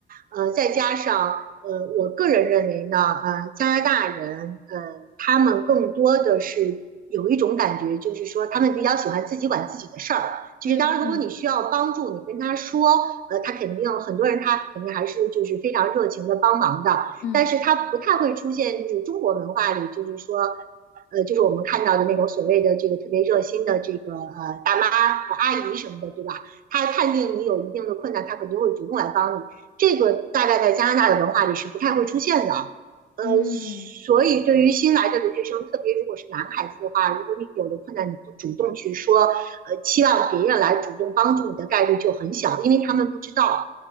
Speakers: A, on the right (about 45°); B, on the left (about 80°).
A: 呃，再加上呃，我个人认为呢，呃，加拿大人，呃，他们更多的是有一种感觉，就是说他们比较喜欢自己管自己的事儿。就是当然，
B: 嗯嗯嗯
A: 如果你需要帮助，你跟他说，呃，他肯定很多人他肯定还是就是非常热情的帮忙的，
B: 嗯
A: 但是他不太会出现就是中国文化里就是说。呃，就是我们看到的那种所谓的这个特别热心的这个呃大妈、呃、阿姨什么的，对吧？他判定你有一定的困难，他肯定会主动来帮你。这个大概在加拿大的文化里是不太会出现的。呃，
B: 嗯，
A: 所以对于新来的留学生，特别如果是男孩子的话，如果你有了困难，你不主动去说，呃，期望别人来主动帮助你的概率就很小，因为他们不知道。